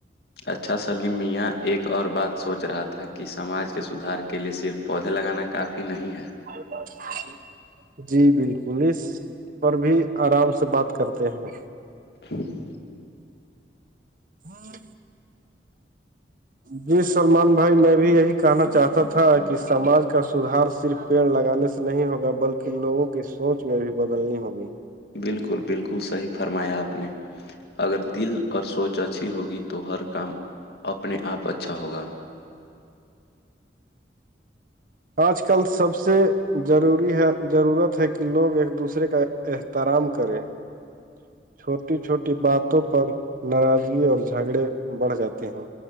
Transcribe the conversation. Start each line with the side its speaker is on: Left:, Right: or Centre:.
Left: اچھا سلیم میاں ایک اور بات سوچ رہا تھا کہ سماج کے سدھار کے لیے صرف پودے لگانا کافی نہیں ہے
Right: جی جی بالکل اس پر بھی آرام سے بات کرتے ہیں
Left: ہاں
Right: ہاں جی سلمان بھائی میں بھی یہی کہنا چاہتا تھا کہ سماج کا سدار صرف پیڑ لگانے سے نہیں ہوگا بلکہ لوگوں کی سوچ میں بھی بدلنی ہوگی
Left: بالکل بالکل صحیح فرمایا آپ نے اگر دل اور سوچ اچھی ہوگی تو ہر کام اپنے آپ اچھا ہوگا
Right: آج کل سب سے ضروری ہے ضرورت ہے کہ لوگ ایک دوسرے کا احترام کریں <unintelligible> چھوٹی چھوٹی باتوں پر ناراضگی اور جھگڑے بڑھ جاتے ہیں